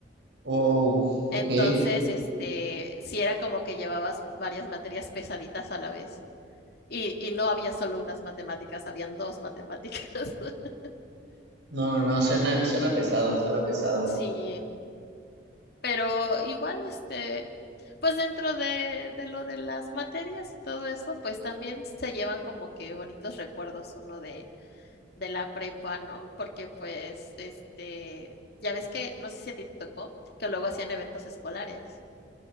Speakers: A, on the right; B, on the left.
A: Wow, ok.
B: Entonces, este, sí era como que llevabas varias materias pesaditas a la vez. Y, y no había solo unas matemáticas, habían dos matemáticas. <laughs>
A: No, no, no, suena, suena pesado, suena pesado.
B: Sí, pero igual, este, pues dentro de, de lo de las materias y todo eso, pues también se llevan como que bonitos recuerdos uno de, de la prepa, ¿no? Porque pues, este, ya ves que, no sé si a ti te tocó, que luego hacían eventos escolares.